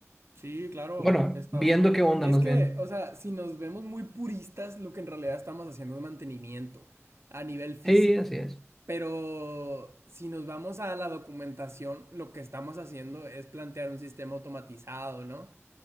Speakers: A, on the right; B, in the centre.
A: Sí, claro,
B: Bueno,
A: estamos.
B: viendo qué onda,
A: Es
B: más
A: que,
B: bien.
A: o sea, si nos vemos muy puristas, lo que en realidad estamos haciendo es mantenimiento a nivel físico.
B: Sí, así es.
A: Pero si nos vamos a la documentación, lo que estamos haciendo es plantear un sistema automatizado, ¿no?